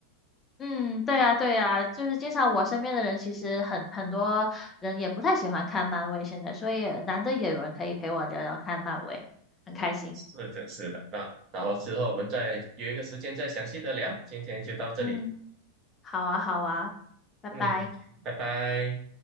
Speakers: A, on the left; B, on the right.
A: 嗯，对呀，对呀，就是经常我身边的人，其实很很多人也不太喜欢看漫威，现在，所以难得也有人可以陪我聊聊看漫威，很开心。
B: 是的，是的。那然后之后我们再约一个时间再详细的聊，今天就到这里，
A: 嗯，好啊，好啊，拜拜。
B: 嗯，拜拜。